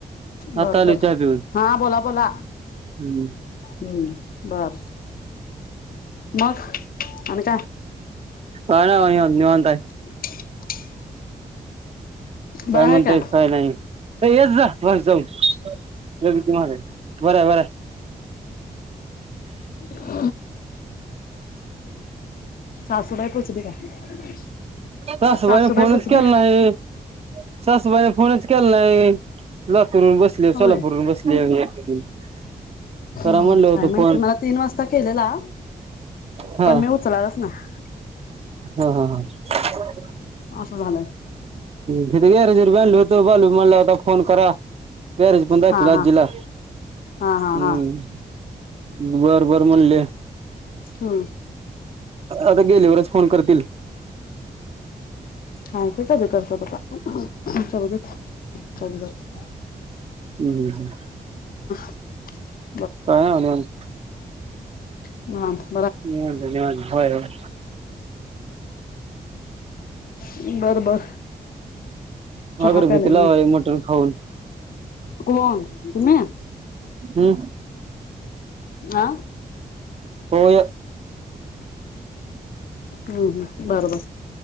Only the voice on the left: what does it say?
बर
बर,
हा बोला बोला.
हम्म, बर मग आणि काय?
<inaudible> बरं
आहे का
<inaudible> सासूबाई पोचली काय?
सासूबाई
पोचली
होय
काय
माहिती
मला तीन वाजता केलेला
पण मी उचलालाच नाही
असं झालेय.
हा हा
हा हा
हा
हम्म
<unintelligible>
<inaudible>
<unintelligible>
हम बर बर. चहा
प्यायलाय
मी
कोण तुम्ही?
आ
हम हम बरोबर